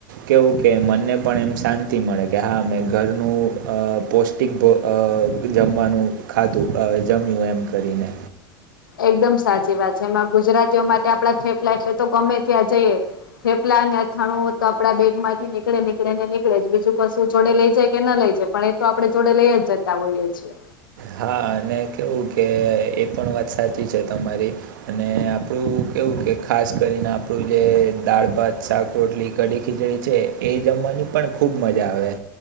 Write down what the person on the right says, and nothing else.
કેવું કે, મનને પણ એમ શાંતિ મળે કે હા મેં ઘરનું અ પોસ્ ટિક અ જમવાનું ખાતું, જમ્યું એમ કરીને
હા, અને કેવું કે એ પણ વાત સાચી છે તમારી અને આપડું કેવું કે ખાસ કરીને આપડું જે દાળ-ભાત, શાક રોટલી, કઢી-ખીચડી છે. એ જમવાની પણ ખૂબ મજા આવે.